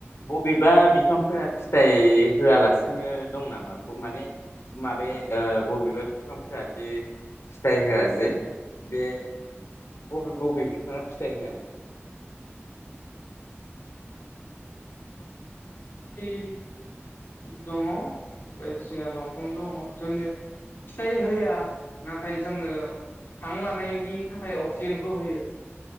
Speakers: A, on the left; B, on the left.
A: बबेबा बिफांफोरा फिथाइ होआलासिनो दं नामा माने माबे बबेबा बिफांफोरा दि फिथाइ होआ जे बे बबे बबे बिफाङा फिथाइ होआ।
B: <inaudible> दङ बायदिसिना दंफां दङ जोंनो फिथाइ होआ नाथाय जोंनो हां लानायनि थाखाय अक्सिजेनखौ होयो।